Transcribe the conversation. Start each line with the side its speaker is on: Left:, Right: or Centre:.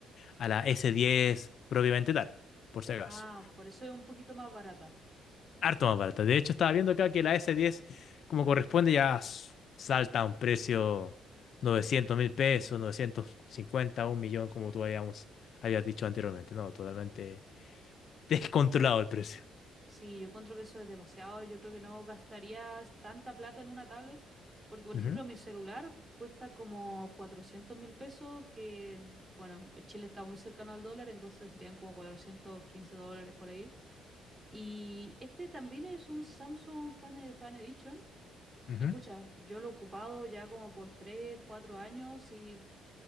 Left: a la S10 propiamente tal, por si acaso.
Right: Ah, por eso es un poquito más barata.
Left: Harto más barata. De hecho, estaba viendo acá que la S10, como corresponde, ya s- salta a un precio 900 mil pesos, 950, un millón, como tú habíamos, habías dicho anteriormente. No, totalmente descontrolado el precio.
Right: Sí, yo encuentro que eso es demasiado. Yo creo que no gastaría es- tanta plata en una tablet, porque por
Left: Ujú,
Right: ejemplo mi celular cuesta como cuatrocientos mil pesos, que bueno, Chile está muy cercano al dólar, entonces serían como 415 dólares por ahí. Y este también es un Samsung Fan, Ed- Fan Edition,
Left: ujú,
Right: y pucha, yo lo he ocupado ya como por 3, 4 años y